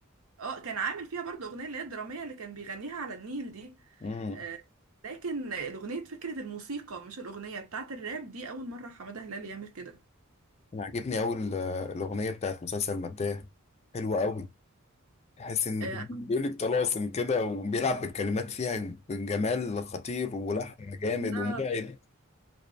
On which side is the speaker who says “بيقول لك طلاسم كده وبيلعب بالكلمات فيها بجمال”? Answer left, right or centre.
Left